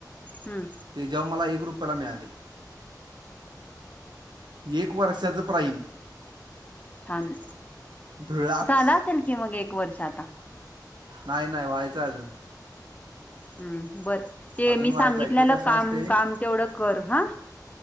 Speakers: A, on the left; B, on the right.
A: हम्म
B: ते जेव्हा मला एक ग्रुप मला मिळाली. एक वर्षाचं प्राईम
A: छान,
B: धुळाच
A: झाला असेल की मग एक वर्ष आता.
B: नाय, नाय, व्हायचंय अजून
A: हम्म, बर ते
B: अजून
A: मी
B: व्हायचं
A: सांगितलेलं
B: आहे ते कसं
A: काम,
B: असते
A: काम तेवढं कर हा.